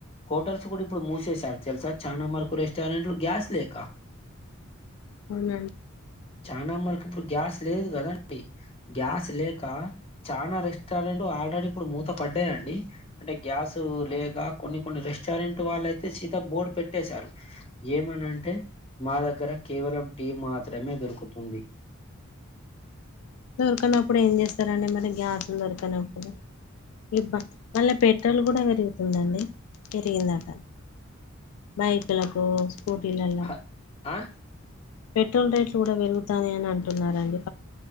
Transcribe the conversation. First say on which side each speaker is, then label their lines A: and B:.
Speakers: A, on the left (about 30°); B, on the left (about 80°).
A: హోటల్స్ కూడా ఇప్పుడు మూసేసారు తెలుసా చాలా వరకు రెస్టారెంట్లు గ్యాస్ లేక
B: అవునా అండి
A: చానా మనకి ఇప్పుడు గ్యాస్ లేదు కదండి గ్యాస్ లేక చానా రెస్టారెంట్ ఆల్రెడీ ఇప్పుడు మూత పడ్డాయండి అంటే గ్యాస్ లేక కొన్ని కొన్ని రెస్టారెంట్ వాళ్ళైతే సీద బోర్డు పెట్టేశారు ఏమనంటే మా దగ్గర కేవలం టీ మాత్రమే దొరుకుతుంది
B: దొరకనప్పుడు ఏం చేస్తారండి మళ్ళీ గ్యాస్లు దొరకనప్పుడు ఇబ్బ మళ్ళీ పెట్రోల్ కూడా పెరుగుతుందండి పెరిగిందట బైక్ ల కు కూటీలలా
A: హ- ఆ
B: పెట్రోల్ రేట్లు కూడా పెరుగుతానయని అంటున్నరండి పబ్లిక్